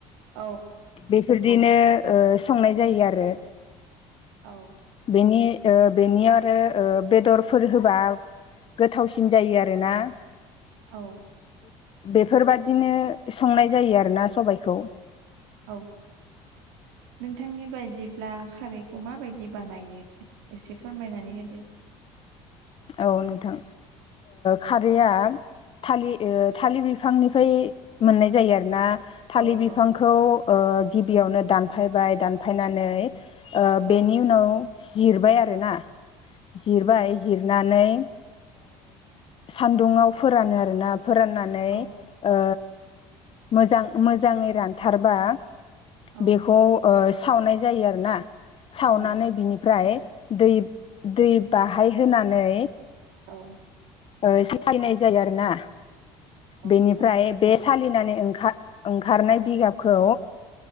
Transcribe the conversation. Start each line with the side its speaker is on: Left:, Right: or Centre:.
Right: औ
Left: बेफोर बिदिनो संनाय जायो आरो
Right: औ।
Left: बेनि ओ बेनि आरो ओ बेदरफोर होबा गोथावसिन जायो आरोना।
Right: औ।
Left: बेफोरबादिनो संनाय जायो आरोना सबायखौ।
Right: औ नोंथांनि बायदिब्ला खारैखौ माबायदि बानायो? एसे फोरमायनानै होदो?
Left: औ नोंथा। खारैया थालि थालिर बिफांनिफ्राय मोननाय जायो आरो ना थालिर
Right: औ
Left: बिफांखौ
Right: औ
Left: गिबियावनो दानफायबाय दानफायनानै
Right: औ
Left: बेनि उनाव जिरबाय आरो ना जिरबाय जिर नानै सान्दुंआव फोरानो आरोना फोराननानै
Right: औ
Left: ओ मोजां मोजाङै रानथारबा
Right: औ
Left: बेखौ सावनाय जायो आरो ना सावनानै
Right: औ
Left: बिनिफ्राय दै दै बाहाय होनानै
Right: औ
Left: ओ सालिनाय जायो आरोना
Right: औ
Left: बेनिफ्राय
Right: सालिनाय
Left: बे
Right: जायो
Left: सालिनानै ओंखा ओंखारनाय बिगाबखौ